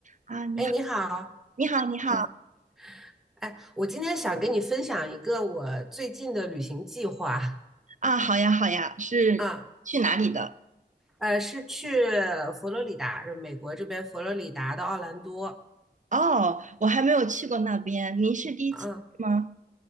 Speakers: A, on the right (about 45°); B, in the centre.
A: 啊，你好，
B: 哎，你好，
A: 你好，你好
B: 哎哎，我今天想跟你分享一个我最近的旅行计划
A: 啊，好呀，好呀，是去哪里的？
B: 啊，呃，是去佛罗里达，就美国这边佛罗里达的奥兰多，
A: 哦，我还没有去过那边，您是第一次去吗？
B: 啊，